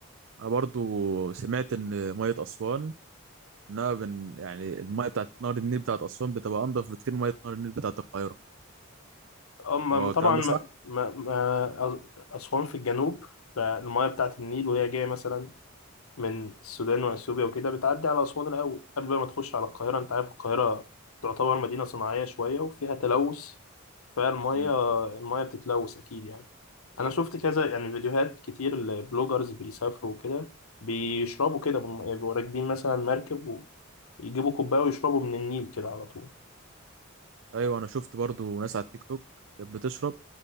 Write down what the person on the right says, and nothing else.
انا برضو سمعت ان ميه اسوان انها من يعني الميه بتاعت نهر النيل بتاعت اسوان بتبقى انضف بكتير من ميه نهر النيل بتاعت القاهره
هو الكلام
ده
صح
مم.
ايوه انا شفت برضو ناس على التيك توك كانت بتشرب